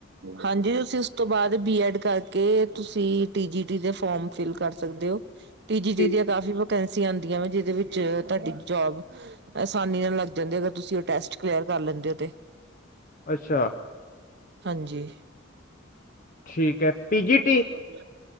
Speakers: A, on the right; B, on the left.
A: ਹਾਂਜੀ ਅਸੀਂ ਉਸ ਤੋਂ ਬਾਅਦ ਬੀ ਐਡ ਕਰਕੇ ਤੁਸੀਂ ਟੀਜੀੀ ਟੀ ਦੇ ਫੋਰਮ। ਫਿਲ ਕਰ ਸਕਦੇ ਹੋ ਤੀਜੀ ਤੀਜ
B: ਪੀ-
A: ਕਾਫੀ ਵੇਕੇਂਸੀਆਂ ਆਂਦੀਆਂ ਵ ਜਿਹਦੇ ਵਿਚ ਤੁਹਾਡੀ ਜੋਬ। ਆਸਾਨੀ ਨਾਲ ਲੱਗ ਜਾਂਦੇ ਅਗਰ ਤੁਸੀਂ ਉਹ ਟੈਸਟ ਕਲੀਅਰ ਕਰ ਲੈਂਦੇ ਤੇ।
B: ਅੱਛਾ।
A: ਹਾਂਜੀ।
B: ਠੀਕ ਹੈ। ਪੀਜੀਟੀ
A: ਠੀਕ ਹੈ ਵਧੀਆ।